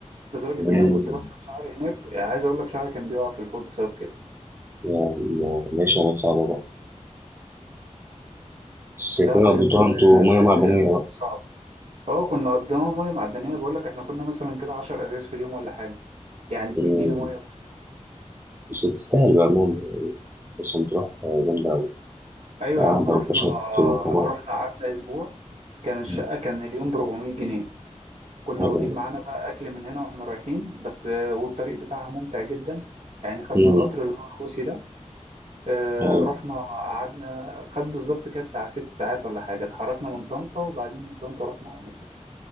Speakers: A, on the right; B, on the right.
A: لدرجة
B: مم،
A: إن أنا كنت بغسل شعري هناك يعني عايز أقول لك شعري كان بيقع في الحوض بسبب كده
B: لا، لا، ماشي انا صعبه بقى بس
A: لا
B: كده
A: بجد
B: قضيتوها
A: ال-
B: انتوا ميه معدنيه
A: ال- الموضوع
B: بقى
A: صعب اه كنا قضيناها مية معدنية بقول لك احنا كنا مثلا كده 10 أزاز في اليوم ولا حاجة يعني ب
B: مم،
A: 100 جنيه مية كل يوم
B: بس تستاهل بقى مم، بس هتروح جامدة أوي
A: أيوة
B: قعدة
A: يا عم رحنا
B: وكشط وكبحر
A: رحنا قعدنا أسبوع كان الشقة
B: مم.
A: كان اليوم ب 400 جنيه كنا
B: حلو
A: واخدين
B: ده.
A: معانا بقى أكل من هنا وإحنا رايحين بس آه، والطريق بتاعها ممتع جدا يعني خدنا
B: مم،
A: القطر اللي هو الروسي ده آه،
B: أيوة
A: رحنا قعدنا خد بالظبط كده بتاع ست ساعات ولا حاجة اتحركنا من طنطا وبعدين من طنطا رحنا على مطروح